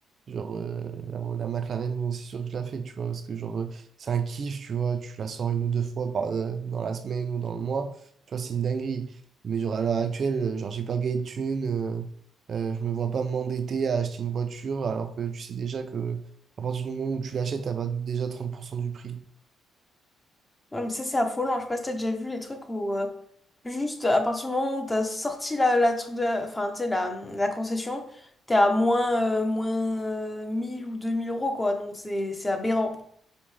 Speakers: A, on the right; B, on the left.
A: Genre, euh, la, la McLaren, euh, c'est sûr que je la fais, tu vois, parce que genre, euh, c'est un kiff, tu vois, tu la sors une ou deux fois par, euh, dans la semaine ou dans le mois, tu vois, c'est une dinguerie. Mais genre, à l'heure actuelle, euh, genre, j'ai pas gagné de thunes, euh, euh, je me vois pas m'endetter à acheter une voiture, alors que tu sais déjà que à partir du moment où tu l'achètes, t'as perdu déjà 30% du prix.
B: Ouais, mais ça, c'est affolant. Je sais pas si t'as déjà vu les trucs où, euh, juste à partir du moment où t'as sorti la, la truc de la- enfin, tu sais, la, la concession, t'es à moins, euh, moins euh, 1000 ou 2000 euros, quoi. Donc, c'est, c'est aberrant.